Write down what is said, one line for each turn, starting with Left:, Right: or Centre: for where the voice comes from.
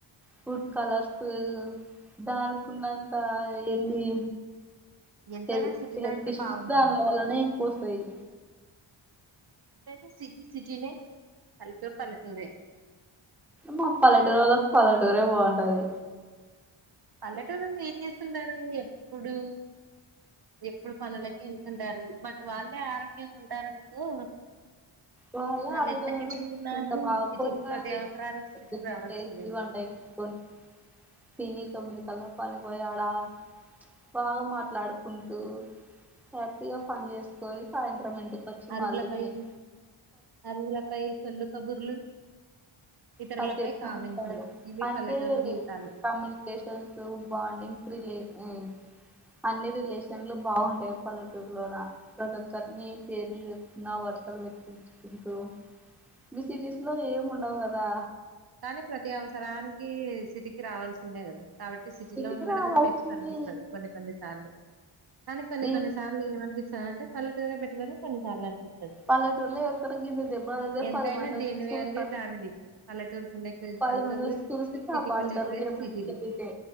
Centre: ఫుడ్ కలర్స్ ఉ దానికున్నంత ఏంది
Right: ఎంతైనా
Centre: హెల్
Right: సిటీ లైఫే
Centre: హెల్త్ ఇష్యూస్
Right: బాగుంటుంది.
Centre: దానిలొ వల్లనే ఎక్కువొస్తాయి
Right: ఎంతైనా సిటీ సిటీనే పల్లెటూరు పల్లెటూరే
Centre: మా పల్లెటూరు ఒళ్లక్ పల్లెటూరే బావుంటది
Right: పల్లెటూరోళ్లు ఏం చేస్తుంటరూ ఎప్పుడూ ఎప్పుడు పనులకి వెళ్తుంటారు బట్ వాళ్ళే ఆరోగ్యంగా ఉంటారనుకో
Centre: వాళ్ళే
Right: వాళ్ళు
Centre: ఆరోగ్యగుర్రు
Right: ఎంత హెల్తీగా ఉన్నా
Centre: ఎంత
Right: గాని
Centre: బా
Right: సిటీ
Centre: పొద్దున
Right: ప్రతి అవసరానికి
Centre: <unintelligible>
Right: సిటీకి రావాల్సిందే కదా.
Centre: వంట చేసుకొని తిని తొమ్మిది కల్ల పనికి పోయి ఆడా బాగా మాట్లాడుకుంటూ హ్యాపీగా పని చేసుకొని సాయంత్రం ఇంటి కొచ్చి
Right: అరుగులపై
Centre: మళ్ళి తిన్
Right: అరుగులపై సొల్లు కబుర్లు ఇతరులపై
Centre: కాసేపు
Right: కామెంట్లు
Centre: మాట్లాడి
Right: ఇవే
Centre: అంటే
Right: పల్లెటూరు జీవితాలు.
Centre: కమ్యూనికేషన్స్ బాండింగ్స్ రిలే అయి అన్ని రిలేషన్లు బావుంటాయి పల్లెటూర్లోలా ప్రతి ఒక్కరిని పేర్లు పెటుకున్నా వర్సలు పె పిల్చుకుంటూ మీ సిటీస్ లో ఏం ఉండవు గదా
Right: కానీ ప్రతి అవసరానికి సిటీకి రావాల్సిందే గదా కాబట్టి సిటీలో
Centre: సిటీకి
Right: ఉండడమే
Centre: రావాల్సింది
Right: బెస్ట్ అనిపిస్తది కొన్ని కొన్ని సార్లు కానీ కొన్ని
Centre: ఈ
Right: కొన్నిసార్లు ఏమనిపిస్తదంటే పల్లెటూరే బెటరని కొన్నిసార్లు అనిపిస్
Centre: పల్లెటూర్లో ఎవరికన్న గింత దెబ్బ తాక్తే
Right: ఎంతైనా
Centre: పది మంది వచ్చి
Right: దేని
Centre: చూత్తరు
Right: వాల్యూ దానిది పల్లెటూరుకు ఉండే క్రేజ్
Centre: పది
Right: పల్లెటూరుది
Centre: మంది ఒచ్చి చూసి కాపాడతారు
Right: సిటీకి ఉండే క్రేజ్
Centre: ఏమన్న
Right: సిటీది
Centre: జరిగితే